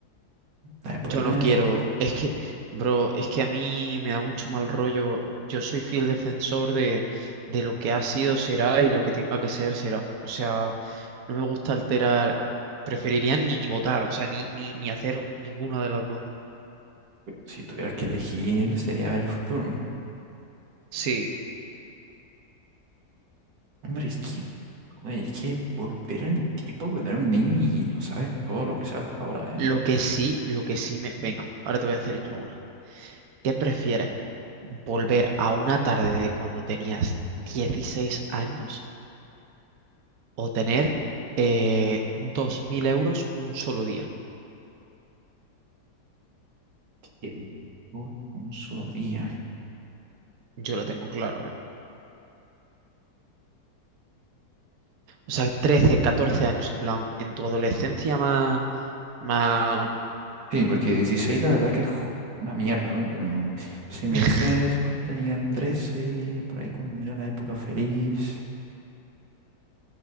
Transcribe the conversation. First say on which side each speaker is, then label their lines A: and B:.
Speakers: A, on the right (about 85°); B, on the right (about 65°).
A: la de poder
B: Yo
A: ver
B: no
A: en
B: quiero,
A: el futuro.
B: es que, bro, es que a mí me da mucho mal rollo. Yo soy fiel defensor de, de lo que ha sido será y lo que tenga que ser será. O sea, no me gusta alterar, preferiría ni votar, o sea, ni, ni, ni hacer ninguna de las dos.
A: Si tuvieras que elegir, sería ver el futuro.
B: Sí,
A: Hombre, es que, joder, es que volver en el tiempo cuando eres un niño y lo sabes todo lo que sabes ahora, ¿eh?
B: lo que sí, lo que sí me... Venga, ahora te voy a hacer yo una. ¿Qué prefieres? ¿Volver a una tarde de cuando tenías 16 años o tener eh, 2.000 euros un solo día?
A: Y en un solo día.
B: Yo lo tengo claro, ¿eh? O sea, 13 14 años, en plan, en tu adolescencia más, más...
A: Sí, porque 16 la verdad que es ju- una mierda, ¿no? Pero si me
B: <laughs>
A: dices cuando tenía 13 por ahí cuando era la época feliz,